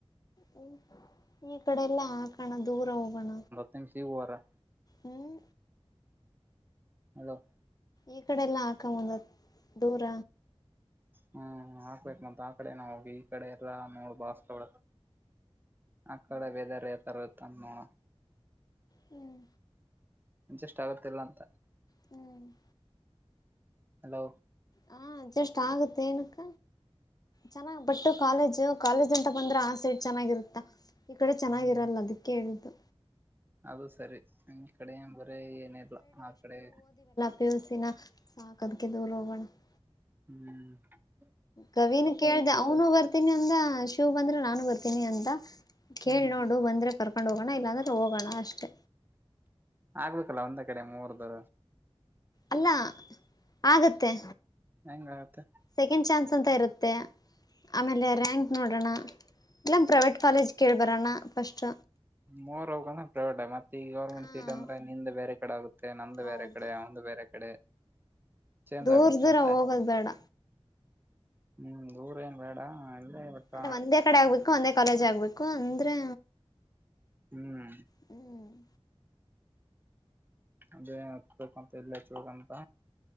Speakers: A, on the left; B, on the right.
A: ಹ್ಮ್ ಈ ಕಡೆ ಎಲ್ಲ ಹಾಕೋಣ ದೂರ ಹೋಗೋಣ
B: ತಮಸೂರ <unintelligible>
A: ಹ್ಮ್
B: ಹಲೋ
A: ಈ ಕಡೆ ಎಲ್ಲ ಹಾಕಂಬಂದತ್ ದೂರ
B: ಹ <inaudible> ಹ್ಮ್ ಹಾಕ್ಬೇಕ ಮಂತ್ ಆ ಕಡೆ ನಾವ್ ಹೋಗಿ ಈ ಕಡೆ ಎಲ್ಲಾ ನೋಡ್ ಬಾಳ್ ಅಷ್ಟಡ ಆ ಕಡೆ ವದರ್ ಯಾತರದ್ <unintelligible> ತನ್ನು
A: ಹ್ಮ್
B: ಅಜಸ್ಟ್ ಆಗತ್ತ ಇಲ್ಲ ಅಂತ
A: ಹ್ಮ್ <inaudible>
B: ಹಲೋ
A: ಹಾ ಅಡ್ಜಸ್ಟ್ ಆಗುತ್ತೆ ಏನಕ್ಕ ಚೆನ್ನಾಗ್ ಬಟ್ಟ ಕಾಲೇಜು ಕಾಲೇಜ್ ಅಂತ ಬಂದ್ರೆ ಆ ಸೈಡ್ ಚೆನ್ನಾಗಿರುತ್ತಾ ಈ ಕಡೆ ಚೆನ್ನಾಗಿರಲ್ಲ
B: ಹ್ಮ್
A: ಅದಕ್ಕೆ ಹೇಳ್ದು
B: ಅದು ಸರಿ ನಿಮ್ಮ್ ಕಡೆ ಬರೇ ಏನ ಇಲ್ಲ ಆ ಕಡೆ
A: ಪ್ಯಸಿನ ಸಾಕದ್ಕ ದೂರು ಹೋಗೋಣ <unintelligible>
B: ಹ್ಮ.....
A: ಕವಿನ ಕೇಳ್ದ ಅವನು ಬರ್ತೀನಿ ಅಂದ ಶಿವ್ ಬಂದ್ರೆ ನಾನು ಬರ್ತೀನಿ ಅಂತ. ಕೇಳಿ
B: ಹ್ಮ್
A: ನೋಡು ಬಂದ್ರೆ ಕರ್ಕೊಂಡ್ ಹೋಗೋಣ ಇಲ್ಲಾಂದ್ರೆ ಹೋಗೋಣ ಅಷ್ಟೇ
B: ಆಗ್ಬೇಕಲ್ಲ ಒಂದ್ ಕಡೆ ಮೂರ್ದು
A: ಅಲ್ಲ ಆಗತ್ತೆ
B: ಹೆಂಗ ಆಗುತ್ತೆ
A: ಸೆಕೆಂಡ್ ಚಾನ್ಸ್ ಅಂತ ಇರುತ್ತೆ ಆಮೇಲೆ ರ್ಯಾಂಕ್ ನೋಡೋಣ ಇಲ್ಲಂಗ ಪ್ರೈವೇಟ್ ಕಾಲೇಜ್ ಕೇಳ್ಬರೋಣ ಫಸ್ಟ್
B: ಮೂರರ್ ಅವ್ೆ ಪ್ರೈವೇಟ್ ಮತ್ತೆ ಈ ಗವರ್ಮೆಂಟ್
A: ಹ
B: ಸೀಟ್ ಅಂದ್ರೆ ನಿಂದೆ ಬೇರೆಡೆ ಆಗುತ್ತೆ ಮತ್ತೆ ನಮ್ದ ಬೇರೆ
A: ಹೌದು
B: ಕಡೆ ಅವಂದು ಬೇರೆ ಕಡೆ ಚೇಂಜ್
A: ದೂರ
B: ಆಗ್ಬಿಡ್ತ್
A: ದೂರ
B: ಮತ್ತೆ
A: ಹೋಗೋದ್ ಬೇಡ
B: ಹ.... ದಊರ ಏನ್ ಬೇಡ ಇಲ್ಲೇ ಬಟ್
A: ಅಂದ ಒಂದೇ ಕಡೆ ಆಗ್ಬೇಕು ಒಂದೇ ಕಾಲೇಜ್ ಆಗ್ಬೇಕು ಅಂದ್ರೆ
B: ಹ್ಮ್
A: ಹ್ಮ್
B: ಅದೇ ಹತ್ ಮಂತ ಎಲ್ಲ ಹಚ್ಚ ಹಂತ